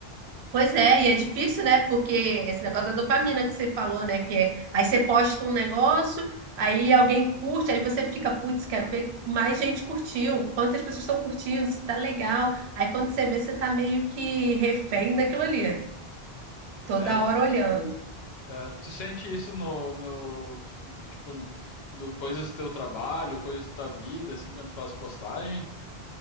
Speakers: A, on the right; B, on the left.
A: Pois é, e é difícil, né? Porque esse negócio da dopamina que você falou, né? Que é, aí você posta um negócio, aí alguém curte, aí você fica, putz, quero ver mais gente curtiu, quantas pessoas estão curtindo, se tá legal. Aí quando você vê, você tá meio que refém daquilo ali, toda
B: É,
A: hora olhando.
B: É, tu sente isso no, no tipo no, no coisas do teu trabalho, coisas da tua vida, assim, quando tu faz postagem?